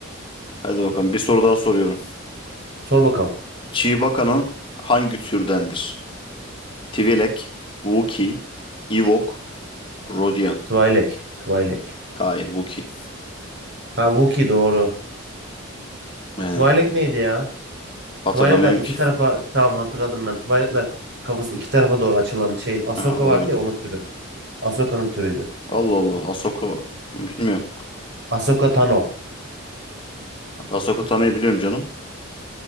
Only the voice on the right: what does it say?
Sor bakalım.
Twi'lek. Twi'lek.
Ha Wookiee doğru.
Twi'lek neydi ya?
Tuvaletler iki
tarafa tamam hatırladım ben. Tuvaletler kafası iki tarafa doğru açılan şey. Ahsoka
vardı ya onun türü. Ahsoka'nın türüydü.
Ahsoka Tano.